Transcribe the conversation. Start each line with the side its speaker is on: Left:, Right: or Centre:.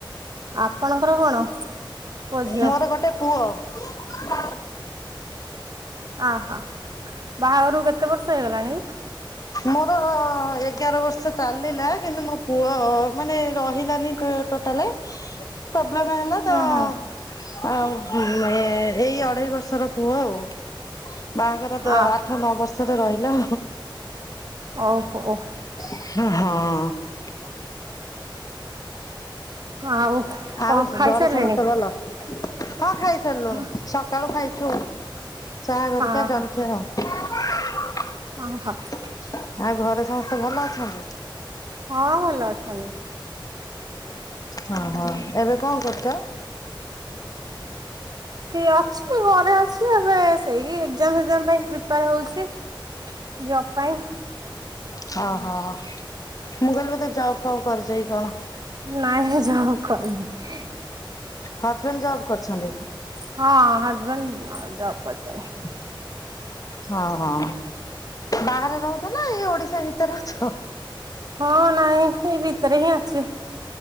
Right: ଆପଣଙ୍କର କଣ ପୁଅ ଝିଅ
Left: ମୋର ଗୋଟେ ପୁଅ
Right: ଅ ହୋ ବାହାଘର କୁ କେତେ ବର୍ଷ ହେଇଗଲାଣି?
Left: ମୋର ଏଗାର ବର୍ଷ ଚାଲିଲା କିନ୍ତୁ ମୁଁ ପୁଅ ମାନେ ରହିଲାନି ଟୋଟାଲ ପ୍ରୋବ୍ଲେମ୍ ହେଲା ଲା ତ
Right: ହୁଁ ହୁଁ
Left: ଆଉ ଏଇ ଅଢେଇ ବର୍ଷର ପୁଅ ଆଉ ବାହାଘର ତ
Right: ଆ
Left: ଆଠ ନଅ ବର୍ଷରେ ରହିଲା
Right: ଓ ହୋ
Left: ହଁ
Right: ଆଉ କଣ
Left: ଆଉ
Right: ଖାଇସାରିଲେଣି
Left: ଘରେ ସମସ୍ତେ ଭଲ? ହଁ ଖାଇ ସାରିଲୁଣି
Right: ହଁ
Left: ସକାଳୁ ଖାଇଚୁ ଚା ହେରିକା
Right: ହଁ
Left: ଜଲଖିଆ ଆଉ
Right: ଓହୋ ହଁ
Left: ଘରେ ସମସ୍ତେ ଭଲ ଅଛନ୍ତି?
Right: ହଁ ଭଲ ଅଛନ୍ତି।
Left: ହଁ ହଁ ଏବେ କଣ କରୁଛ?
Right: କି ଅଛି ଘରେ ଅଛି ଏବେ। ସେଇ ଏକଜା ମ୍ ଫେଗ୍ ଯାମ୍ ପ୍ରିପୋୟାର ହଉଛି ଜବ ପାଇଁ
Left: ହ ହ ମୁ କହିଲି ବୋଧେ ଯବ୍ ଫବ୍ କରିଛ କି କଣ।
Right: ନାଇଁ ଯବ୍ କରିନି
Left: ହଯବେଣ୍ଡ ଜବ୍ କରିଛନ୍ତି?
Right: ହଁ ହଯବେଣ୍ଡ ଜବ କରଛନ୍ତି।
Left: ହଁ ହଁ ବାହାରେ ରହୁଛ ନା ଏଇ ଓଡିଶା ଭିତରେ ଅଛ?
Right: ହଁ ନାଇଁ ସେଇ ଭିତରେ ହିଁ ଅଛି